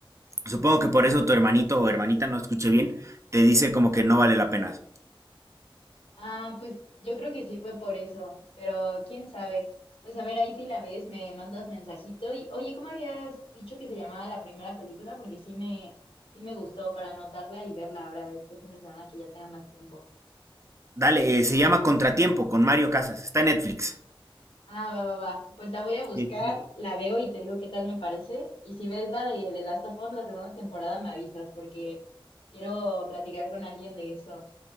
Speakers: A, on the right; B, on the left.
A: supongo que por eso tu hermanito o hermanita, no escuché bien, te dice como que no vale la pena.
B: Ah, pues yo creo que sí fue por eso, pero quién sabe. Pues a ver, ahí si la ves, me mandas mensajito y, oye, ¿cómo habías dicho que se llamaba la primera película? Porque sí me, sí me gustó para anotarla y verla ahora este fin de semana que ya tenga más tiempo.
A: Dale, eh, se llama Contratiempo con Mario Casas. Está en Netflix.
B: Ah, va, va, va. Pues la voy a buscar,
A: Sí.
B: la veo y te digo qué tal me parece. Y si ves la de The Last of Us, la segunda temporada, me avisas porque quiero platicar con alguien de eso.